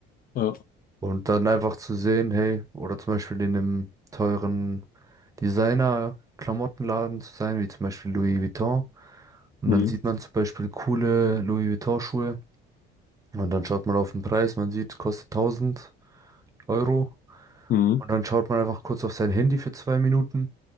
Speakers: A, on the left; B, on the right.
A: ja.
B: Und dann einfach zu sehen, hey, oder zum Beispiel in einem teuren Designer-Klamottenladen zu sein, wie zum Beispiel Louis Vuitton. Und
A: Mhm.
B: dann sieht man zum Beispiel coole Louis Vuitton-Schuhe. Und dann schaut man auf den Preis, man sieht, kostet tausend Euro.
A: Mhm.
B: Und dann schaut man einfach kurz auf sein Handy für zwei Minuten.